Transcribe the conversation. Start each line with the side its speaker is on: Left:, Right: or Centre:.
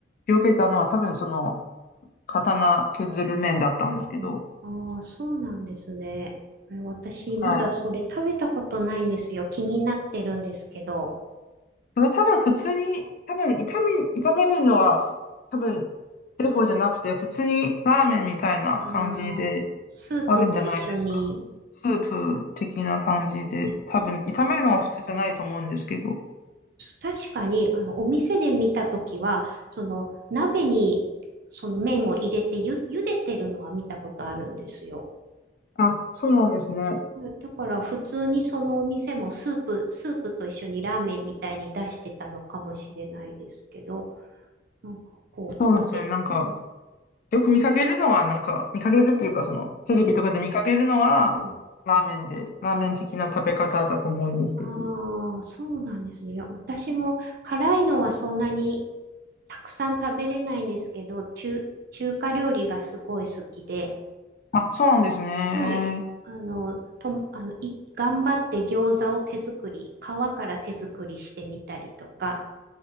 Left: 避けたのは多分その刀削る麺だったんですけど。
Right: うんうんああ、そうなんですね。これ私、
Left: はい。
Right: まだそれ食べたことないんですよ。気になってるんですけど。
Left: それ多分普通に、多分炒め、炒めるのはふ多分デフォじゃなくて、普通にラーメンみたいな感じで
Right: ああ、スープと一緒に。
Left: あるんじゃないですか。スープ的な感じで、
Right: えそうですね
Left: 多分炒めるのは普通じゃないと思うんですけど。
Right: 確かに、あの、お店で見たときは、その、鍋に、その麺を入れてゆ、茹でてるのは見たことあるんですよ。
Left: あ、そうなんですね。
Right: うんだから、普通にそのお店もスープ、スープと一緒にラーメンみたいに出してたのかもしれないですけど。なんかこう、食べ、
Left: そうですね。なんか、
Right: うん、
Left: よく見かけるのは、なんか、見かけるっていうか、その、テレビとかで見かけるのは、
Right: うん、うん。
Left: ラーメンで、ラーメン的な食べ方だと思うんですけど。
Right: ああ、そうなんですね。いや、私も辛いのはそんなにたくさん食べれないんですけど、中、中華料理がすごい好きで、
Left: あ、そうなんですね。
Right: はい。あの、とも、あの、い、頑張って餃子を手作り、皮から手作りしてみたりとか、